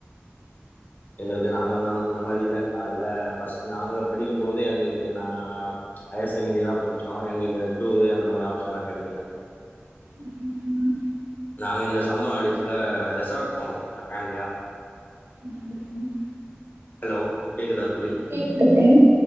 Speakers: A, on the left (about 45°); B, on the right (about 75°).
A: எங்ளுக்கு நாங்களாலா அந்த மாரி இல்ல கால்ல ஃபஸ்ட்டு நாங்க படிக்கும்போது எங்களுக்கு நான் ஹையர் செகெண்ட்ரிதா படிச்சோ எங்ளுக்கு இந்த டூரு அந்த மாரி ஆப்ஷன்லா கெடைக்குல
B: ம் ம் ம்
A: நாங்க இந்த சம்ம ஹால்டேஸ்ல ரெசார்ட் போனோ எங்க ஃபேம்லியா
B: ம் ம் ம்
A: ஹலோ கேக்குதா தோழி
B: கேக்குது ஃப்ரெண்ட்